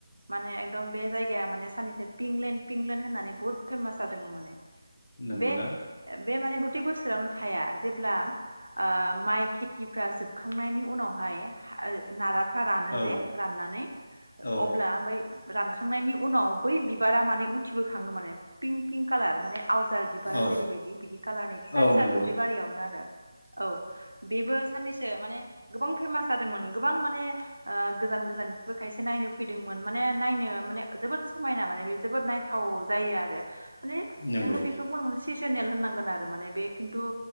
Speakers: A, on the right; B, on the left.
A: माने एकदम बे जायगाया माने साननैसो पिंक लेण्ड पिंकलेण्ड होननानै बुहुत फेमास जादोंमोन माने
B: नंगौना
A: बे बे माने गताइ बोसोरावनो थाया जेब्ला ओ माइ खेथिफ्रा जोब खांनायनि उनावहाय ओ नाराफ्रा रानो
B: औ
A: जे राननानै
B: औ
A: अब्ला बै रानखांनायनि उनाव बै बिबार उथिबो खाङो माने पिंक पिंक कालार माने आवजार बिबारा
B: औ
A: जेरैबायदि बिदि कालारनि फिसा
B: औ
A: फिसा
B: नंगौ
A: दुब्लि बारियावनो आरो औ बेबो साननैसो माने गोबां फेमास जादोंमोन गोबां माने ओ गोजान गोजाननिफ्रायबो खायसे नायनो फैदोंमोन माने नायनो माने जोबोद समायना माने बे नायथाव जायो आरो माने
B: नंगौ
A: नोङो बेखौ बुंनांगोन सेसनेल होननांगोन आरो माने बे खिन्थु